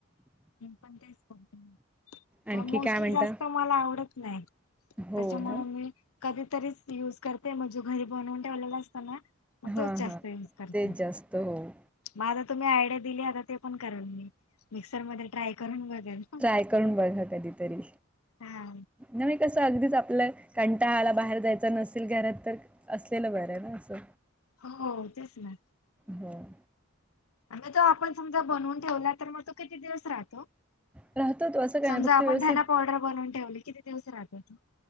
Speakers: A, on the left (about 80°); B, in the centre.
A: पण
B: आणखी
A: मोस्टली
B: काय म्हणता
A: हे आस <unintelligible> मला आवडत नाही त्याच्यामुळे
B: हो ना
A: मी कधीतरीच युज करते म्हणजे घरी बनवून ठेवलेला असतो ना मग तोच
B: हा
A: जास्त
B: हा
A: युज करते
B: तेच जास्त होऊ
A: मग आता तुम्ही आयडिया दिलीया ना आता ते पण करल मी. मिक्सरमध्ये ट्राय करून बघेल
B: ट्राय करून बघा कधीतरी.
A: हा
B: नवे कसं अगदीच आपलं कंटाळा आला बाहेर जायच नसेल घरात तर असलेलं बरं आहे ना असं.
A: हो तेच ना
B: हो <unintelligible>
A: आणि आता तो जर आपण समजा बनवून ठेवला तर मग तो किती दिवस राहतो
B: राहतो तो असं काय
A: समजा
B: नाही फक्त
A: आपण
B: व्यवस्थित
A: त्याला पाऊडर बनवून ठेवले किती दिवस राहतो तो